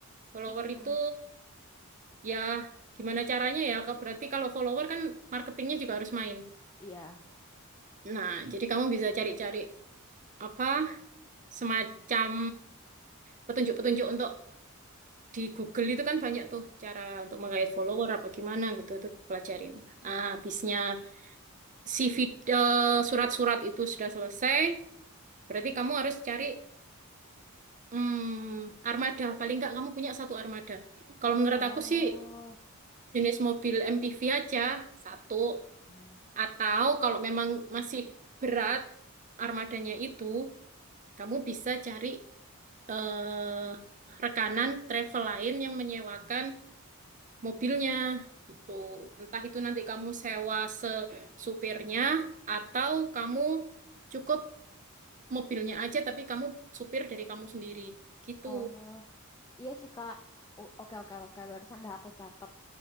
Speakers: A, on the right (about 35°); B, on the left (about 15°).
A: follower
B: Mm-mm.
A: itu ya gimana caranya ya Ke- berarti kalau follower kan marketingnya juga harus main
B: Iya.
A: nah jadi kamu bisa cari-cari apa semacam petunjuk-petunjuk untuk di Google itu kan banyak tuh cara untuk
B: Mm-mm.
A: menggait follower apa gimana gitu itu pelajarin. Nah, habisnya si vid- eh, surat-surat itu sudah selesai, berarti kamu harus cari mm, armada. Paling nggak kamu punya satu armada. Kalau menurut
B: Oh.
A: aku sih jenis mobil MPV aja satu.
B: Mm.
A: Atau kalau memang masih berat armadanya itu, kamu bisa cari eh, rekanan travel lain yang menyewakan mobilnya gitu. Entah itu nanti kamu sewa se supirnya atau kamu cukup mobilnya aja tapi kamu supir dari kamu sendiri gitu.
B: Oh. Iya sih Kak. O- Oke oke oke barusan dah aku catat.